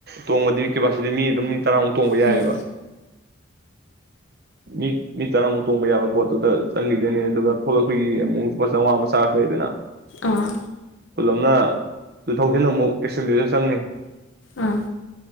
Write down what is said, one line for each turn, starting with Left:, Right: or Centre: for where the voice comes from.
Right: ꯇꯣꯡꯕꯗꯤ ꯀꯦꯄꯥꯁꯤꯇꯤ ꯃꯤ ꯑꯗꯨꯝ ꯇꯔꯥꯃꯨꯛ ꯇꯣꯡꯕ
Left: ꯎꯝ
Right: ꯌꯥꯏꯑꯦꯕ ꯃꯤ ꯃꯤ ꯇꯔꯥꯃꯨꯛ ꯇꯣꯡꯕ ꯌꯥꯕ ꯕꯣꯠꯇꯨꯗ ꯆꯪꯈꯤꯗꯣꯏꯅꯦ ꯑꯗꯨꯒ ꯊꯣꯛꯂꯛꯄꯒꯤ ꯑꯃꯨꯛ ꯂꯨꯄꯥ ꯆꯧꯉꯥ ꯑꯃꯨꯛ ꯆꯥꯔꯁ ꯂꯩꯔꯦꯗꯅ
Left: ꯑꯥ
Right: ꯄꯨꯜꯂꯞꯅ ꯇꯨ ꯊꯥꯎꯖꯟ ꯑꯃꯨꯛ ꯑꯁ꯭ꯀꯄꯦꯟꯗꯤꯆ꯭ꯔ ꯆꯪꯅꯤ
Left: ꯑꯥ